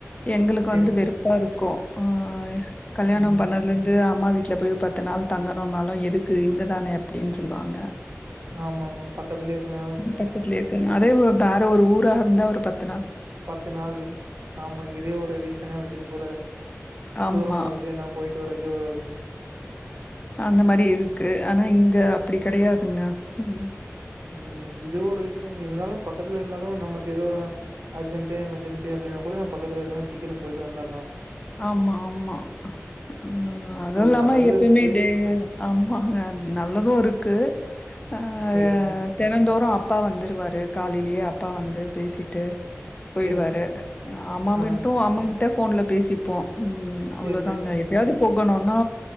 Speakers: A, on the left; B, on the right.
A: எங்ளுக்கு
B: சேரிங்க.
A: வந்து வெறுப்பாருக் கோ ஆ கல்யாணோ
B: ம்.
A: பண்ணதுலேந்து அம்மா வீட்ல போய் பத்து நாள் தங்கணூனாலூ எதுக்கு இங்கதானே அப்டின்னு சொல்வாங்க
B: ஆமாமா பக்கத்துலேருக் க்றனால பேன்
A: பக்கத்துலயே இருக்கு அதே ஊர்தா ஆர ஒரு ஊராருந்தா ஒரு பத்
B: பத்து நாளு ஆமா இதே ஒரு ரீசனா வச்சுட்டு கூட
A: ஆமா
B: தூரமாருக்கு நா போயிட்டு வரே யோ அவ
A: அந்த மாரி இருக்கு ஆனா இங்க அப்டி கெடையாதுங்க ம்
B: ம் இது ஒரு ரீசன் இருந்தாலு பக்கத்துல இருந்தாலு நமக்கு ஏதோ அர்ஜென்ட்டு எமர்ஜென்சி அப்டினா கூட நம்ப பக்கத்துல இருந்தா சீக்கரோ போயிட்டு வந்தர்லா
A: ஆமா ஆமா உம் அது
B: இது
A: இல்லாம
B: ஒரு நல்லது
A: எப்பைமே
B: இருக்கு
A: டேய்லியு ஆமாங்க நல்லது இருக்கு ஆஹ்
B: சேரிங்க
A: தெனந்தோறு அப்பா வந்துருவாரு காலைலயே அப்பா வந்து பேசிட்டு போயிடுவாரு
B: சேரிங்க
A: அஹ் அம்மா
B: ஆ
A: மட்டு அம்மாகிட் டே ஃபோன்ல பேசி ப்போ உம் அவ்ளோதாங்க
B: சேரி சேரிங்க
A: எப்பயாது போக் போனோனா